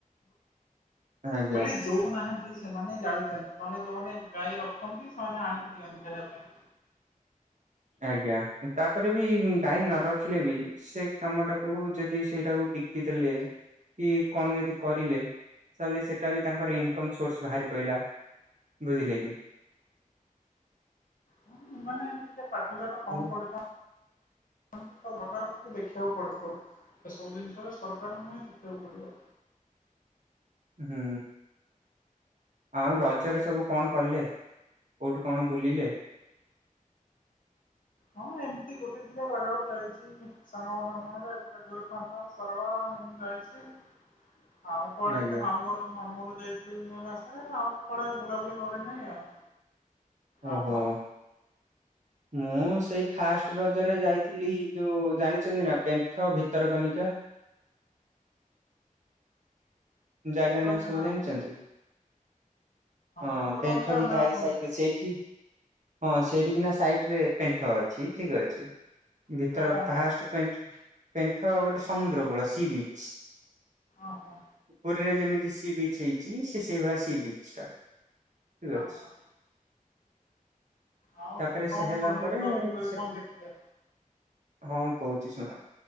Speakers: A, on the right; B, on the left.
A: ଆଜ୍ଞା
B: ବୋଲି ଯୋଉ ରଖୁ ନାହାଁନ୍ତି, ସେମାନେ ଜାଳି ଦିଅନ୍ତି। ନହେନେ ଯୋଉମାନେ ଗାଈ ରଖନ୍ତି, ସେମାନେ ଆଣିକି ଦିଅନ୍ତି ଖାଇବା ପାଇଁ।
A: ଆଜ୍ଞା। କିନ୍ତୁ ତାପରେ ବି ଗାଈ ନ ରଖିଲେ ବି ସେ କାମଟାକୁ ଯଦି ସେଇଟାକୁ ବି କି ଦେଲେ କି କଣ ଯଦି କରିଲେ, ତାହେଲେ ସେଟା ବି ତାଙ୍କର ଇନକମ ସୋର୍ସ ବାହାରି ପଇଲା। ବୁଝିଲେ କି?
B: ହଁ, ଏମାନେ ଟିକେ ପାଠସାଠ
A: ଆଉ
B: କମ ପଢ଼ିଥାନ୍ତି
A: <inaudible>
B: ଅନେକ ପ୍ରକାରକୁ ଦେଖିବାକୁ ପଡିଥିବ। ଏସବୁ ଜିନିଷରେ ସରକାରଙ୍କୁ ହିଁ ଦେଖିବାକୁ ପଡିବ।
A: ହୁଁ। ଆଉ ରଜରେ ସବୁ କଣ କଲେ, କୋଉଠୁ କଣ ବୁଲିଲେ?
B: ହଁ ଏମତି ଗୋଟେ ଦିଟା ଜାଗାକୁ ଯାଇଥିଲି, ସାଙ୍ଗମାନଙ୍କ ସାଙ୍ଗରେ ଏପଟେ ଗୋରେଖନାଥ ଶାରଳା ଏମତି ଯାଇଛି।
A: <unintelligible>
B: ଆଉ କୁଆଡେ
A: ଆଜ୍ଞା
B: ଏତେ ମାମୁଁଘର ମାମୁଁଘରକୁ ଯାଇ ଏଇ ମେ ମାସରେ ଆଉ ତ କୁଆଡେ ବୁଲାବୁଲି କରିନେଇଁ ଆଉ।
A: ଓହୋ।
B: ଆପଣ?
A: ମୁଁ ସେଇ ଫାଷ୍ଟ ରଜରେ ଯାଇଥିଲି ଯୋଉ ଜାଣିଚନ୍ତି ନା, ପେଣ୍ଠ, ଭିତରକନିକା ଜାଗା
B: ଭିତରକନିକା
A: ନାଁ ସବୁ ଜାଣିଚନ୍ତି?
B: ଶୁଣିଚି
A: ହଁ
B: ଭିତରକନିକା
A: ପେଣ୍ଠ ବି ତାରି
B: ନାଁ ଶୁଣିଚି।
A: ସାଇଡରେ ସେଇଠି। ହଁ ସେଇଠିକିନା ସାଇଡରେ ପେଣ୍ଠ ଅଛି, ଠିକ ଅଛି। ଭିତର
B: ସେଇଟା କଣ
A: ଫାଷ୍ଟ
B: ଟା
A: ପେଣ୍ଠ ପେଣ୍ଠ ଗୋଟେ ସମୁଦ୍ରକୂଳ, ସି ବିଚ୍।
B: ଓହୋ।
A: ପୁରୀରେ ଯେମିତି ସି ବିଚ୍ ହେଇଛି, ସିଏ ସେଇଭଳିଆ ସି ବିଚ୍ ଟା। ଠିକ ଅଛି।
B: ଓହୋ। ଆଉ
A: ତାପରେ
B: ସେଠି କଣ
A: ସେ ହେଲା
B: କଣ ସବୁ
A: ପରେ,
B: ବୁଲାବୁଲି କରି
A: ସେଠି
B: କଣ ଦେଖିଲେ?
A: ହଁ କହୁଛି ଶୁଣ,